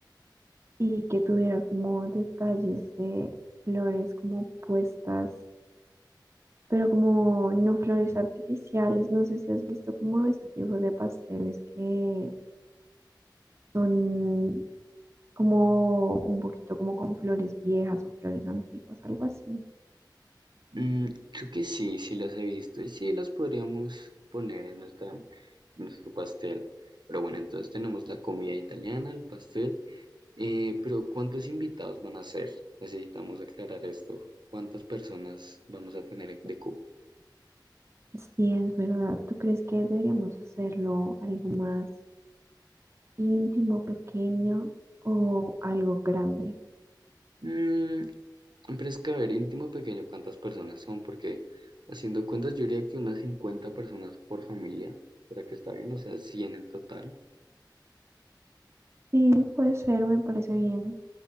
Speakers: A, on the right (about 35°); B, on the right (about 75°).
A: y que tuviera como detalles de flores como puestas, pero como no flores artificiales. No sé si has visto como ese tipo de pasteles que son como un poquito como con flores viejas o flores antiguas, algo así.
B: Mm, creo que sí, sí las he visto y sí las podríamos poner en nuestra, en nuestro pastel. Pero bueno, entonces tenemos la comida italiana, el pastel. eh, pero ¿cuántos invitados van a ser? Necesitamos aclarar esto. ¿Cuántas personas vamos a tener de cupo?
A: Sí, es verdad. ¿Tú crees que deberíamos hacerlo algo más íntimo, pequeño o algo grande?
B: Mm, pero es que, a ver, íntimo pequeño, ¿cuántas personas son? Porque haciendo cuentas, yo diría que unas 50 personas por familia. ¿Será que está bien? O sea, 100 en total.
A: Sí, puede ser, me parece bien.